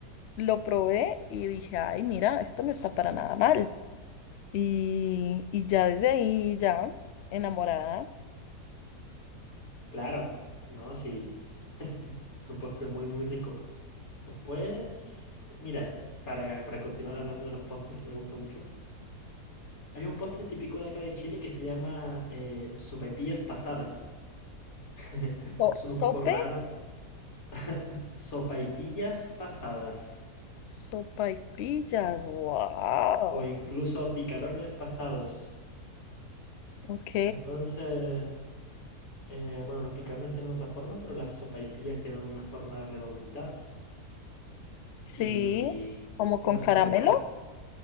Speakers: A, on the left (about 85°); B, on the left (about 60°).
A: lo probé y dije, ay, mira, esto no está para nada mal. Y, y ya desde ahí, ya enamorada,
B: Claro, no, sí, es un postre muy, muy rico. Después, mira, para, para continuar hablando de los postres que me gusta mucho, hay un postre típico de acá de Chile que se llama eh, sopaipillas pasadas. <laughs>
A: so-
B: Son
A: sope,
B: un poco raro. <laughs> Sopaipillas pasadas
A: sopaipillas, wow,
B: o incluso picarones pasados.
A: ok,
B: Entonces, eh, bueno, los picarones tienen otra forma, pero las sopaipillas tienen una forma redondita
A: sí,
B: y
A: como
B: bueno,
A: con
B: se
A: caramelo,
B: prepara.